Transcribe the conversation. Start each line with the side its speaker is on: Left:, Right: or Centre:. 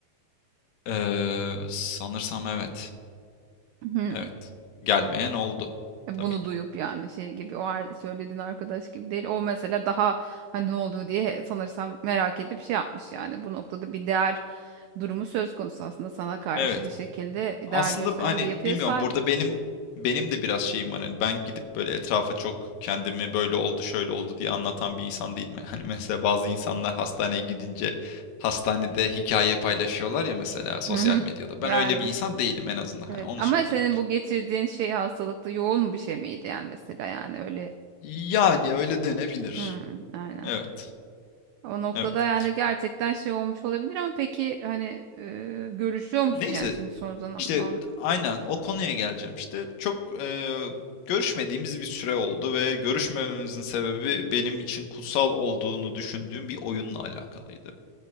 Left: Ee, sanırsam evet.
Right: Hı.
Left: Evet. Gelmeyen oldu.
Right: bunu
Left: Tabii ki.
Right: duyup yani şey gibi o ar- söylediğin arkadaş gibi değil. O mesela daha hani ne oldu diye sanırsam merak edip şey yapmış yani. Bu noktada bir değer durumu söz konusu aslında sana karşı
Left: Evet.
Right: bir şekilde değer
Left: Aslında
Right: gösteren
Left: hani
Right: bir yapıya
Left: bilmiyorum
Right: sahip.
Left: burada benim benim de biraz şeyim var hani ben gidip böyle etrafa çok kendimi böyle oldu şöyle oldu diye anlatan bir insan değilim. <laughs> Yani. Hani mesela bazı insanlar hastaneye gidince hastanede hikaye paylaşıyorlar ya mesela sosyal
Right: Hı hı.
Left: medyada. Ben
Right: Yani
Left: öyle bir insan değilim en azından hani
Right: evet
Left: onu
Right: ama
Left: söyleyeyim.
Right: senin bu geçirdiğin şey hastalıkta yoğun bir şey miydi yani mesela yani öyle.
Left: Yani öyle denebilir.
Right: Hı, aynen.
Left: Evet.
Right: O noktada
Left: Evet.
Right: yani gerçekten şey olmuş olabilir ama peki hani e, görüşüyor musun
Left: Neyse
Right: yani şimdi son zaman
Left: İşte aynen o konuya geleceğim işte. Çok e, görüşmediğimiz bir süre oldu ve görüşmememizin sebebi benim için kutsal olduğunu düşündüğüm bir oyunla alakalıydı.